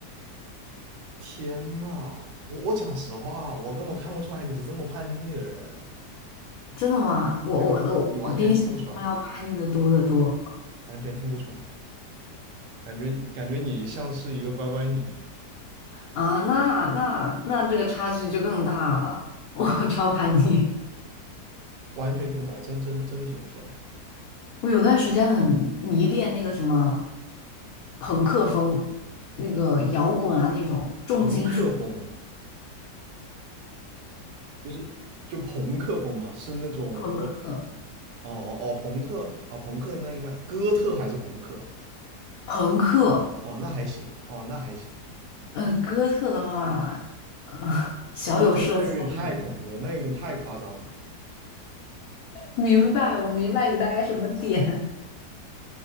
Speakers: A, on the right; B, on the left.
A: 天呐，我我讲实话，我根本看不出来你是这么叛逆的人。
B: 真的吗？我我那我我比你想象中要叛逆的多得多
A: 对啊，你完全听不出来，完全听不出来，感觉感觉你像是一个乖乖女，
B: 啊！那那那这个差距就更大了，我 <laughs> 超叛逆。
A: 完全听不出来，真真真听不出来。
B: 我有段时间很迷恋那个什么朋克风，那个摇滚啊那种重金属
A: 朋克风啊，就是就朋克风嘛，是那种我
B: 朋克，
A: 哦哦哦，朋克啊，朋克那应该哥特还是朋克？
B: 朋克。
A: 哦，那还行，哦，那还行。
B: 嗯、哥特的话，嗯、<laughs> 小有涉及，
A: 哥特那有点太恐怖了，
B: 但是
A: 那有点太夸张了。
B: 明白，我明白你大概什么点。